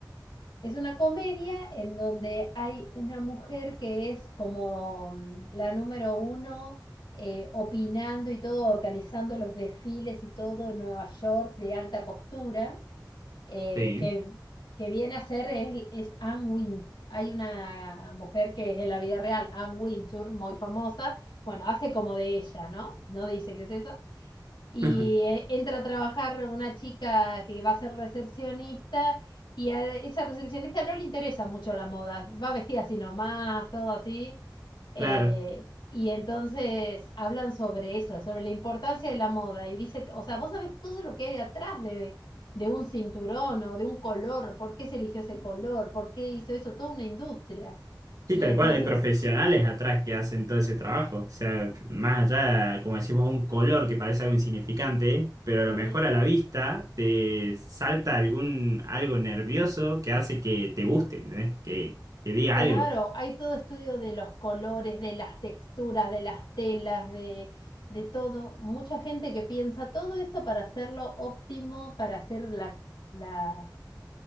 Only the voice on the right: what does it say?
Sí,
<laughs>
claro.
Sí,
tal
cual, hay profesionales atrás que hacen todo ese trabajo. O sea, más allá, como decimos, un color que parece algo insignificante, pero a lo
mejor a la vista te salta algún algo nervioso que hace que te guste, ¿entendés? Que, que diga
algo.